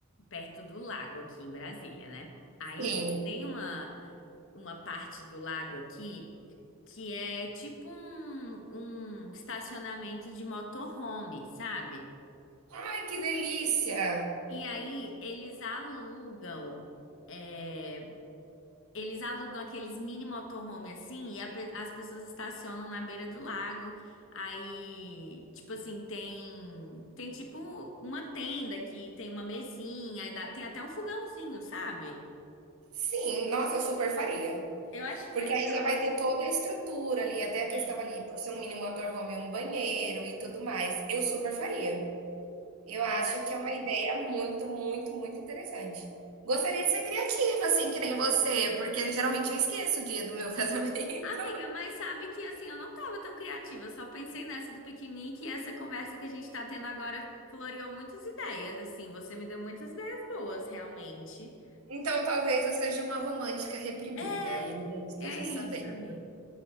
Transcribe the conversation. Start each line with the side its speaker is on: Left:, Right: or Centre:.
Left: perto do lago aqui em Brasília, né? Aí
Right: sim.
Left: tem uma, uma parte do lago aqui que é tipo um, um estacionamento de motorhome, sabe?
Right: Ai, que delícia!
Left: E aí eles alugam eh, Eles alugam aqueles mini motorhome assim e a pe- as pessoas estacionam na beira do lago. Aí, tipo assim, tem tem tipo uma tenda que tem uma mesinha, aí dá- tem até um fogãozinho, sabe?
Right: Sim, nossa, eu super faria.
Left: Eu acho
Right: Porque
Left: legal.
Right: aí já vai ter toda a estrutura ali, até a questão
Left: É,
Right: ali, por ser um mini motorhome, um banheiro e tudo mais. Eu super faria. Eu acho
Left: eu acho.
Right: que é uma ideia muito, muito, muito interessante. Gostaria de ser criativa, assim, que nem você, porque geralmente eu esqueço o dia do meu <laughs> casamento.
Left: Amiga, mas sabe que assim, eu não tava tão criativa, eu só pensei nessa do piquenique e essa conversa que a gente tá tendo agora floreou muitas ideias, assim, você me deu muitas ideias boas, realmente.
Right: Então talvez eu seja uma romântica reprimida
Left: É,
Right: e não esteja
Left: é isso,
Right: sabendo.
Left: amiga.